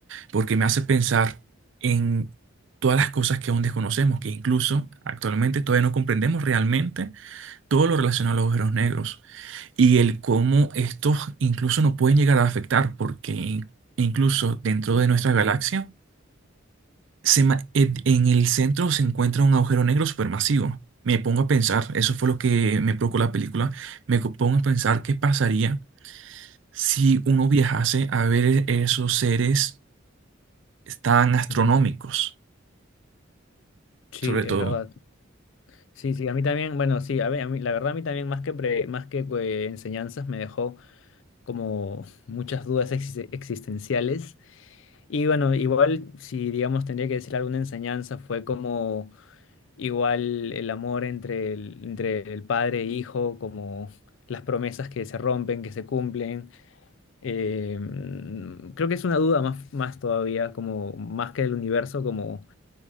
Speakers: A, on the right; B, on the left.
A: porque me hace pensar en todas las cosas que aún desconocemos, que incluso actualmente todavía no comprendemos realmente todo lo relacionado a los agujeros negros y el cómo estos incluso nos pueden llegar a afectar, porque incluso dentro de nuestra galaxia, se ma- en en el centro se encuentra un agujero negro supermasivo. Me pongo a pensar, eso fue lo que me provocó la película, me co- pongo a pensar qué pasaría si uno viajase a ver e- esos seres tan astronómicos,
B: Ujú. Sí,
A: sobre
B: es
A: todo.
B: verdad. Sí, sí, a mí también, bueno, sí, a mí, a mí- la verdad a mí también más que, pre- más que eh, enseñanzas me dejó como muchas dudas exis- existenciales Y bueno, igual si digamos tendría que decir alguna enseñanza, fue como igual el amor entre el, entre el padre e hijo, como las promesas que se rompen, que se cumplen. Eh, mm, creo que es una duda más, más todavía, como más que el universo, como